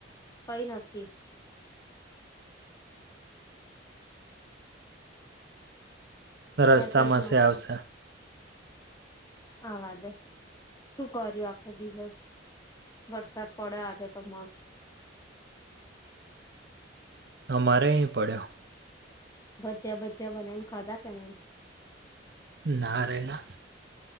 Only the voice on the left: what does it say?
કઈ નથી. મેસેજ
નથી
આવવા દે. શું કર્યું આખો દિવસ વરસાદ પડ્યો આજે તો મસ્ત?
ભચ્યા ભચ્યા બનાવી ને ખાધા કે નઈ.